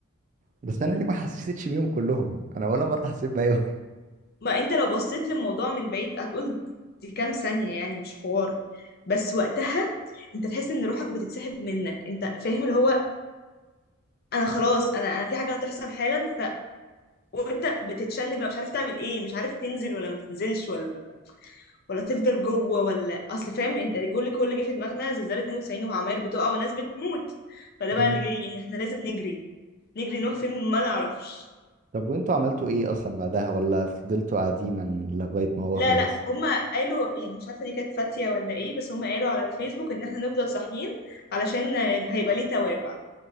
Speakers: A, on the right; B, on the left.
A: بس انا ليه ما حسيتش بيهم كلهم انا ولا مرة حسيت بيهم
B: ما أنت لو بصيت للموضوع من بعيد هتقول دي كام ثانية يعني مش حوار بس وقتها أنت تحس إن روحك بتتسحب منك أنت فاهم اللي هو أنا خلاص أنا أنا في حاجة هتحصل حالا ف وأنت بتتشنج بقى مش عارف تعمل إيه مش عارف تنزل ولا ما تنزلش ولا ولا تفضل جوه ولا اصل فاهم انت الجول اللي كل اللي جه في دماغنا زلزال 92 وعماير بتقع وناس بتموت فده
A: مم.
B: بقى اللي جاي يعني احنا لازم نجري نجري نروح فين ما نعرفش
A: طب وانتوا عملتوا ايه اصلا بعدها ولا فضلتوا قاعدين لغاية ما هو
B: لا
A: خلص
B: لا هما قالوا يعني مش عارفه دي كانت فاتيه ولا ايه بس هما قالوا على الفيسبوك ان احنا نفضل صاحيين علشان هيبقى ليه توابع